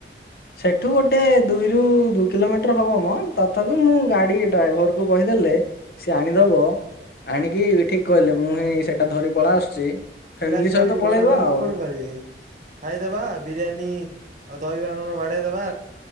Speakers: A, on the left; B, on the right.
A: ସେଠୁ ଗୋଟେ ଦୁଇରୁ ଦୁଇ କିଲୋମିଟର ହବ ମ ତଥାପି ମୁଁ ଗାଡି ଡ୍ରାଇ କହିଦେଲେ ସେ ଆଣିଦବ। ଆଣିକି ଠିକ କହିଲେ। ମୁଁ ହିଁ, ସେଟା ଧରି ପଳା ଆସୁଛି।
B: ପିଲା
A: ଫ୍ୟାମିଲି
B: ଛୁଆ
A: ସହିତ
B: ବି
A: ପଳେଇବା
B: ଘରେ ରହିକି
A: ଆଉ
B: କଣ କରିବେ। ଖାଇଦବା ବିରିୟାନୀ ଆଉ ଦହିବା ବାଡେଇ ଦବା।